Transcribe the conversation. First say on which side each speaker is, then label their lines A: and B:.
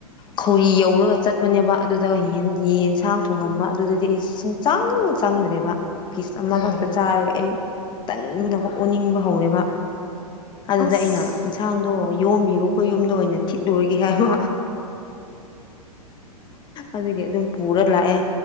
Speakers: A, on the left; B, on the left.
A: ꯈꯧꯔꯤ ꯌꯧꯔꯒ ꯆꯠꯄꯅꯦꯕ ꯑꯗꯨꯗꯒ ꯌꯦꯟꯁꯥꯡ ꯊꯣꯡꯉꯝꯕ ꯑꯗꯨꯗꯗꯤ ꯑꯩ ꯁꯨꯡꯆꯪ ꯆꯪꯗ꯭ꯔꯦꯕ ꯄꯤꯁ ꯑꯃꯈꯛꯇ
B: ꯎꯝ ꯎꯝ
A: ꯆꯥꯔꯒ ꯑꯩ ꯇꯟꯕꯅ ꯑꯣꯟꯅꯤꯡꯕ ꯍꯧꯔꯦꯕ ꯑꯗꯨꯗ
B: ꯑꯁ
A: ꯑꯩꯅ ꯏꯟꯁꯥꯡꯗꯣ ꯌꯣꯝꯕꯤꯔꯣ ꯑꯈꯣꯏ ꯌꯨꯝꯗ ꯑꯣꯏꯅ ꯊꯤꯠꯂꯨꯔꯒꯦ ꯍꯥꯏꯕ ꯑꯗꯨꯒꯤ ꯑꯗꯨꯝ ꯄꯨꯔ ꯂꯥꯛꯑꯦ